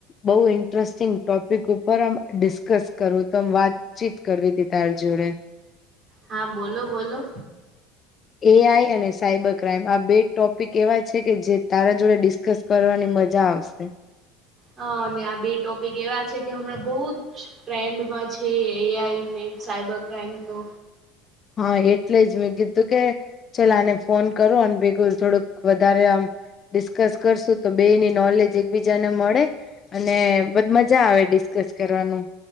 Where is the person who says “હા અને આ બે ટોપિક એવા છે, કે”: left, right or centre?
Right